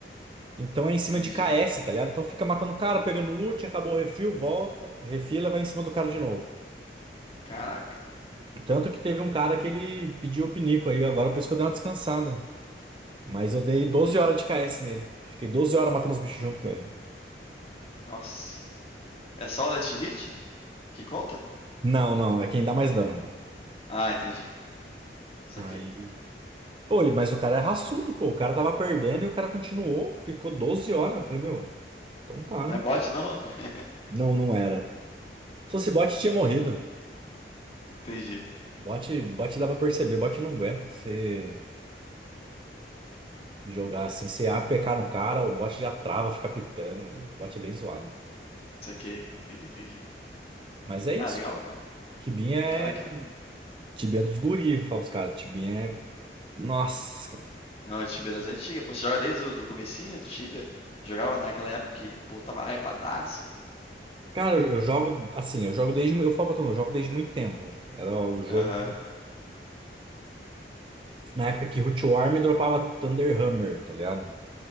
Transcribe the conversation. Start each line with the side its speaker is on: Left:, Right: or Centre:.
Right: Então é em cima
Left: Entendi.
Right: de KS, tá ligado? Então fica matando o cara, pegando loot, acabou o refil, volta, refila, vai em cima do cara de novo.
Left: Caraca.
Right: Tanto que teve um cara que ele pediu o pinico aí agora, por isso que eu dei uma descansada. Mas eu dei doze
Left: Uhum.
Right: horas de KS nele. Fiquei 12 horas matando os bichos junto com ele.
Left: Nossa. É só o last hit que conta?
Right: Não, não, é quem dá mais dano.
Left: Ah, entendi. Saquei.
Right: Aí. Oi, mas o cara é raçudo, pô. O cara tava perdendo e o cara continuou, ficou 12 horas. Eu falei, meu, então tá,
Left: Não
Right: né?
Left: é bot, não? <laughs>
Right: Não, não era. Se fosse bot, tinha morrido.
Left: entendi.
Right: Bot, bot dá pra perceber, bot não aguenta. Você. Jogar assim, você APK no cara, o bot já trava, fica pitando. O bot é bem zoado.
Left: Saquei. Entendi, entendi.
Right: Mas é
Left: Ah,
Right: isso.
Left: legal, cara.
Right: Tibinha é.
Left: Cara, que
Right: Tibinha é dos guri, fala os caras. Tibinha é. Nossa, cara.
Left: Não, o Tibia das antigas. Pô, você joga desde o do comecinho do Tibia? Jogava naquela época que, pô, tava hypadaço.
Right: Cara, eu eu jogo assim, eu jogo desde. mu- Eu falo pra tu, eu jogo desde muito tempo. Era o jogo.
Left: Aham.
Right: Na época que Root War me dropava Thunder Hammer, tá ligado?